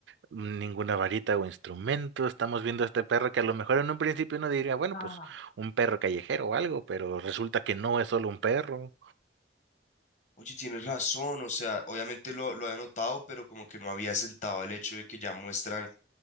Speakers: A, on the right (about 85°); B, on the left (about 40°).
A: ninguna varita o instrumento, estamos viendo a este perro que a lo mejor en un principio uno diría, bueno,
B: Ah.
A: pues un perro callejero o algo, pero resulta que no es solo un perro.
B: Oye, tienes razón, o sea, obviamente lo, lo había notado, pero como que no había sentado el hecho de que ya muestran